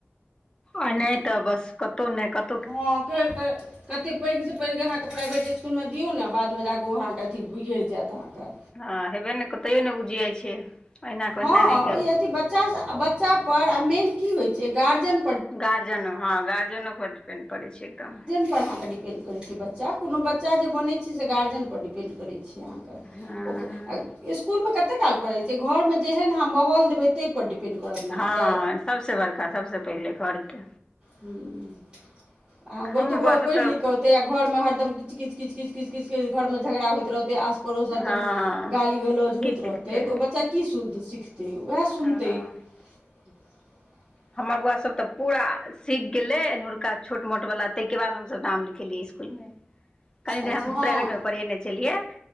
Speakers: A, on the left; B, on the right.
A: आ नै तऽ बस कतहु नै क
B: हँ के -के। कतेक पैघसँ पैघ अहाँके प्राइवेट इसकुलमें दियौ ने, बादमें जाकऽ ओहाँके अओ बिगड़ जायत अहाँके।
A: हँ हेबे ने कतैयो ने उधियाइ छै। अहिना के ओहिना
B: हँऽ
A: रहि गेल
B: ई अथि बच्चा- बच्चा पर आ मेन की होइ छै गार्जियन
A: गार्जियनो हँ गार्जियनो पर डिपेंड पड़ै छै एकदम।
B: तब अहाँके डिपेंड करै छै, बच्चा कोनो बच्चा जे बनै छै गर्जियन पर डिपेन्ड करैत छै, अहाँ कऽ
A: हँ
B: इसकुलमें कते काल पढ़ै छै, घरमे जेहन अहाँ माहौल देबै तै पर डिपेंड करता ने
A: हँ
B: अहाँ क
A: सबसे बड़का सबसे पहिले घरके
B: हुँ हँ गोतबो
A: हमर बौआ
B: आ
A: सब
B: पढ़ि
A: तऽ
B: लि क घर मे हरदमच किच- किच -किच- किच -किच घर मे झगड़ा होइत रहते आस पड़ोस हरदम
A: हँ हँ
B: गाली गलौज
A: तऽ
B: होइत
A: की सिखतै
B: रहतै तऽ, ओ बच्चा की सिखतै वएह
A: हऽ
B: <inaudible>
A: हमर बौआ सब तऽ पूरा सीख गेलै एनहुरका छोट मोटवला ताहिके बाद हमसब नाम लिखेलियै इसकुलमे कनि
B: अच्छा
A: दे हमहूँ
B: हँ
A: प्राइवेटमे पढ़ेने छलियै